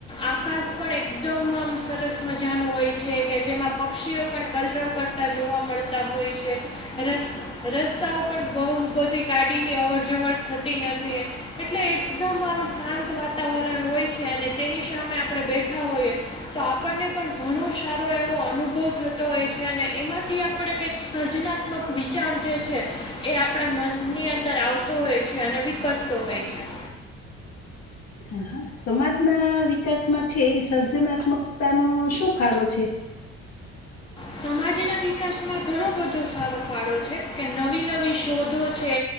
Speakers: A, on the left; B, on the left.
A: આકાશ પણ એકદમ આમ સરસ મજાનુ હોય છે કે જેમાં પક્ષીઓ પણ કલરવ કરતા જોવા મળતા હોય છે એને <inaudible> રસ્તાઓ પણ બો બધી ગાડીની અવર જવર થતી નથી એટલે એકદમ આમ શાંત વાતાવરણ હોય છે અને તેની સામે આપણે બેઠા હોઈએ તો આપણને પણ ઘણો સારો એવો અનુભવ થતો હોય છે અને એમાંથી આપણે કંઈક સર્જના ત્મક વિચાર જે છે એ આપણા મનની અંદર આવતો હોય છે અને વિકસતો હોય છે
B: હા હા સમાજના વિકાસમાં છે એ સર્જનાત્મકતાનો શું ફાળો છે
A: સમાજના વિકાસમાં ઘણો બધો સારો ફાળો છે કે નવી નવી શોધો છે